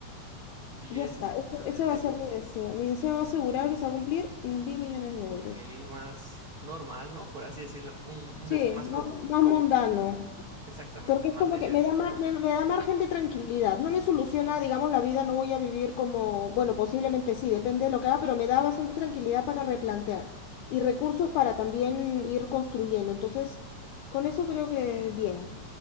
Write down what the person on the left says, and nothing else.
Ya está.
Ese, ese
va a ser
mi deseo. Mi deseo asegurado que se va a cumplir mm, 10 millones de
euros.
Sí,
más, más mundano.
Porque
es como que me da, mar- me, me da margen de tranquilidad. No me soluciona, digamos, la vida, no voy a vivir como, bueno, posiblemente sí, depende de lo que haga, pero me da bastante tranquilidad para replantear y recursos para también ir construyendo. Entonces, con eso creo que bien.